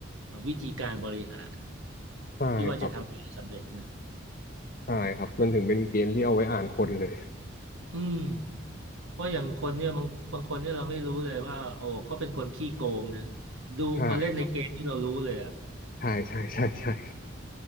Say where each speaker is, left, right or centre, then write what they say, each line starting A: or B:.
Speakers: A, on the right; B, on the left.
A: วิธีการบริหาร
B: ใช่ครับ
A: ที่ว่าจะทำให้สำเร็จนะ
B: ใช่ครับมันถึงเป็นเกมที่เอาไว้อ่านคนเลย
A: อืม เพราะอย่างคนเนี่ยบางบางคนเนี่ยเราไม่รู้เลยว่าโอ้เขาเป็นคนขี้โกงนะดูพอเล่นในเกมที่เรารู้เลยอ่ะ
B: ใช่ ใช่ ใช่ใช่ใช่